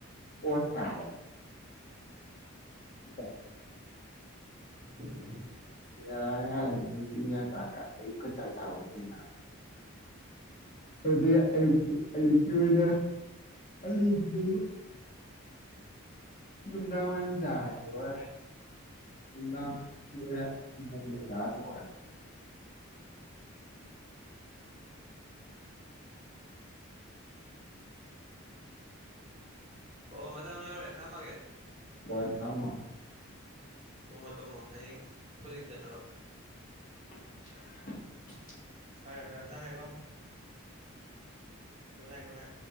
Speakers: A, on the left; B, on the right.
A: ꯑꯣꯠ ꯆꯥꯔꯦ <unintelligible>
B: <inaudible>
A: <unintelligible> ꯉꯔꯥꯡ ꯅꯨꯡꯊꯤꯟꯀ ꯆꯥꯛꯀ ꯑꯌꯨꯛꯀ ꯆꯥꯛꯆꯕ ꯅꯇꯦꯅ <unintelligible> ꯑꯌꯨꯛ ꯑꯌꯨꯛꯀꯤ ꯑꯣꯏꯅ <unintelligible> ꯅꯨꯡꯗꯥꯡꯋꯥꯏꯔꯝ ꯇꯥꯔꯦ ꯂꯣꯏꯔꯦ ꯥꯅꯨꯡꯗꯥꯡ <unintelligible>
B: ꯑꯣ ꯃꯇꯝ ꯌꯧꯔꯦ ꯊꯝꯃꯒꯦ
A: ꯋꯥꯏꯇ ꯑꯃ
B: ꯎꯝ ꯇꯨꯝꯃꯣ ꯇꯨꯝꯃꯣ ꯍꯌꯦꯡ <unintelligible> ꯆꯠꯅꯕ
A: <inaudible>
B: ꯐꯔꯦ ꯐꯔꯦ ꯊꯝꯃꯦꯀꯣ ꯒꯨꯅꯥꯏ ꯒꯨꯅꯥꯏ